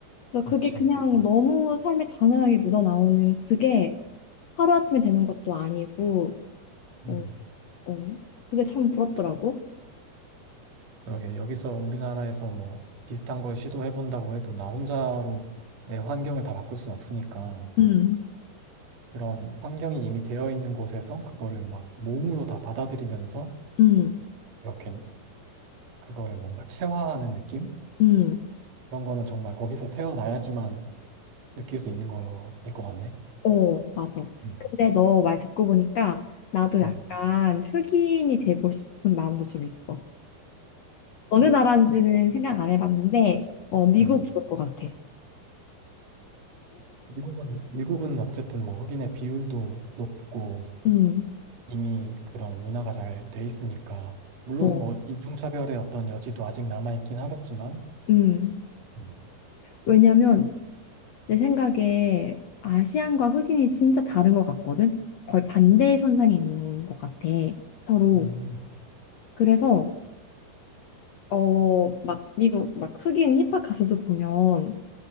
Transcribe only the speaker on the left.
그래서
그게 그냥 너무 삶에 당연하게 묻어나오는 그게 하루아침에 되는 것도 아니고,
어, 어, 그게 참 부럽더라고.
음,
음,
음,
어, 맞아.
근데 너 말 듣고 보니까 나도 약간
흑인이 되고 싶은 마음도 좀 있어. 어느 나라인지는 생각 안 해봤는데, 어, 미국
좋을 것 같아.
음,
어,
음.
왜냐면 내 생각에 아시안과 흑인이 진짜 다른 것 같거든? 거의 반대의 선상에 있는 것 같아, 서로.
그래서, 어, 막 미국, 막 흑인 힙합 가수도 보면